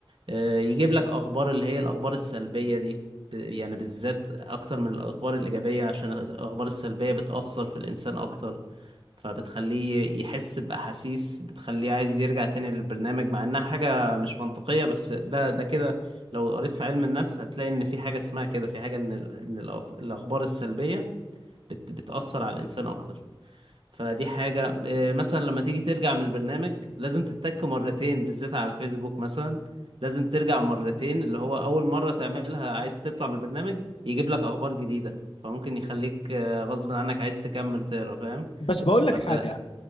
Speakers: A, on the right (about 70°); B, on the left (about 80°).
A: آه، يجيب لك اخبار اللي هي الاخبار السلبية دي ب- يعني بالذات اكتر من الاخبار الايجابية عشان الاخبار السلبية بتأثر في الانسان اكتر فبتخليه يحس بأحاسيس بتخليه عايز يرجع تاني للبرنامج مع انها حاجة مش منطقية بس ده ده كده لو قريت في علم النفس هتلاقي ان في حاجة اسمها كده في حاجة ان ال- ان الأف- الاخبار السلبية بت بتأثر على الانسان اكتر فدي حاجة إيه، مثلا لما تيجي ترجع من البرنامج لازم تتك مرتين بالذات على الفيسبوك مثلا لازم ترجع مرتين اللي هو أول مرة تعملها عايز تطلع من البرنامج يجيب لك أخبار جديدة فممكن يخليك آه، غصب عنك عايز تكمل تقرا فاهم
B: بس بقول لك
A: فانت
B: حاجة
A: لا